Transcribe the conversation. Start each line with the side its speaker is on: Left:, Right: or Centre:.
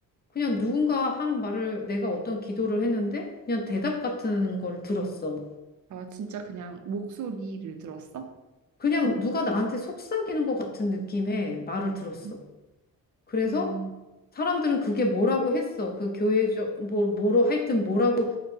Left: 그냥 누군가 하는 말을 내가 어떤 기도를 했는데 그냥 대답 같은 걸 들었어.
Right: 아, 진짜 그냥 목소리를 들었어?
Left: 그냥 누가 나한테 속삭이는 것 같은 느낌의 말을 들었어.
Right: 음,
Left: 그래서
Right: 음,
Left: 사람들은 그게 뭐라고 했어. 그 교회적, 뭐, 뭐로 하여튼 뭐라고